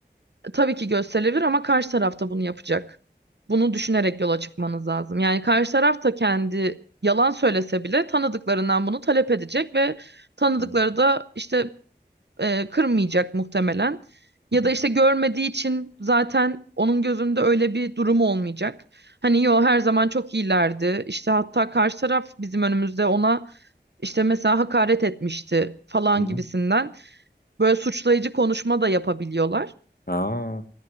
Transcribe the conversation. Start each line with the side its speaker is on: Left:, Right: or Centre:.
Right: tabii ki gösterilir ama karşı tarafta bunu yapacak. Bunu düşünerek yola çıkmanız lazım. Yani karşı taraf da kendi yalan söylese bile tanıdıklarından bunu talep edecek ve tanıdıkları
Left: Hı
Right: da işte e, kırmayacak muhtemelen.
Left: hı
Right: Ya
Left: hı.
Right: da işte görmediği için zaten onun gözünde öyle bir durumu olmayacak. Hani yo her zaman çok iyilerdi. İşte hatta karşı taraf bizim önümüzde ona işte mesela hakaret etmişti falan
Left: hı.
Right: gibisinden böyle suçlayıcı konuşma da yapabiliyorlar.
Left: Aa,